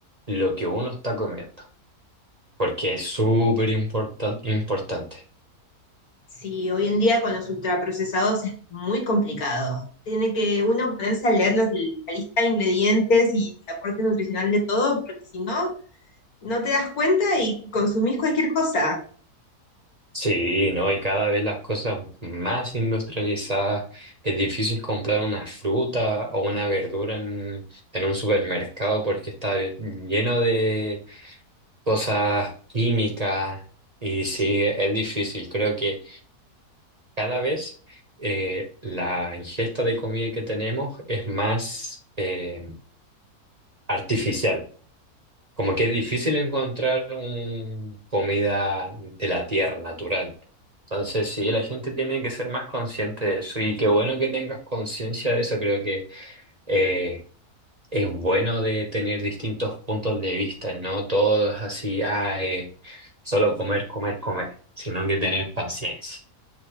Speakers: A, on the right; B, on the left.
A: lo que uno está comiendo, porque es súper importan- importante.
B: Sí, hoy en día con los ultraprocesados es muy complicado. Tiene que uno ponerse a leer los- la lista de ingredientes y el aporte nutricional de todo, porque si no, no te das cuenta y consumís cualquier cosa.
A: Sí, ¿no? Y cada vez las cosas más industrializadas, es difícil comprar una fruta o una verdura en, en un supermercado porque está lleno de cosas químicas y sí, es difícil. Creo que... cada vez eh, la ingesta de comida que tenemos es más eh, artificial. Como que es difícil encontrar un- comida de la tierra, natural. Entonces, sí, la gente tiene que ser más consciente de eso. Y qué bueno que tengas conciencia de eso. Creo que eh, es bueno de tener distintos puntos de vista, no todos así, ah, eh, solo comer, comer, comer, sino que tener paciencia.